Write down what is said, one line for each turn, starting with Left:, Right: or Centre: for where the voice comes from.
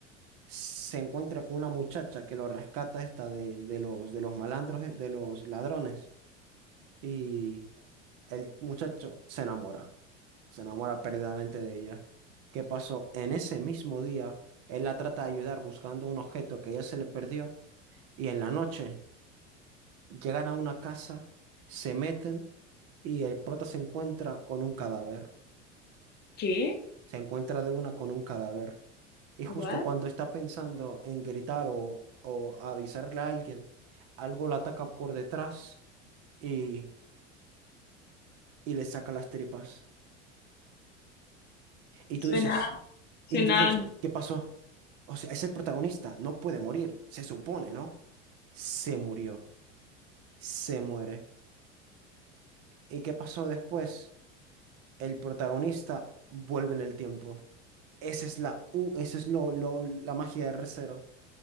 Right: se encuentra con una muchacha que lo rescata esta de, de los, de los malandros, eh, de los ladrones. Y El muchacho se enamora, se enamora perdidamente de ella. ¿Qué pasó? En ese mismo día, él la trata de ayudar buscando un objeto que a ella se le perdió y en la noche llegan a una casa, se meten y el prota se encuentra con un cadáver.
Left: ¿Qué?
Right: Se encuentra de una con un cadáver. Y justo
Left: ¿What?
Right: cuando está pensando en gritar o, o avisarle a alguien, algo la ataca por detrás y, y le saca las tripas. Y tú
Left: Suena,
Right: dices, y
Left: suena,
Right: tú dices, ¿qué pasó? O sea, es el protagonista, no puede morir, se supone, ¿no? Se murió, se muere. ¿Y qué pasó después? El protagonista vuelve en el tiempo. Esa es la, u- esa es lo, lo- la magia de r cero.